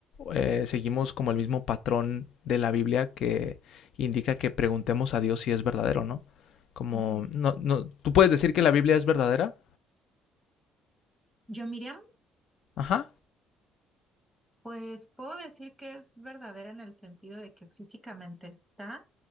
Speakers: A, on the left; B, in the centre.
A: eh, seguimos como el mismo patrón de la Biblia que indica que preguntemos a Dios si es verdadero o no. Como,
B: ujú.
A: no, no, tú puedes decir que la Biblia es verdadera.
B: Yo, Miriam,
A: Ajá.
B: pues puedo decir que es verdadera en el sentido de que físicamente está,